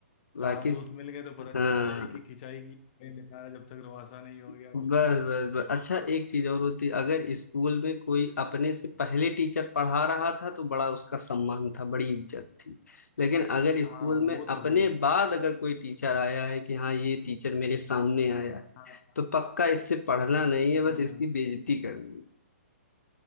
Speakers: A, on the left (about 40°); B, on the left (about 80°).
A: चार
B: बाकी
A: दोस्त मिल गए तो पता चला
B: हाँ
A: है कि खिंचाई की नहीं निकाला जब तक रवासा नहीं हो गया
B: बस
A: तो
B: बस बस अच्छा एक चीज और होती अगर स्कूल में कोई अपने से पहले टीचर पढ़ा रहा था तो बड़ा उसका सम्मान था बड़ी इज्जत थी लेकिन अगर स्कूल
A: हाँ
B: में
A: वो
B: अपने
A: तो है यार
B: बाद अगर कोई टीचर आया है कि हाँ ये टीचर मेरे सामने आया है
A: हाँ
B: तो पक्का इससे पढ़ना नहीं है बस
A: हाँ
B: इसकी बेइज्जती करनी है।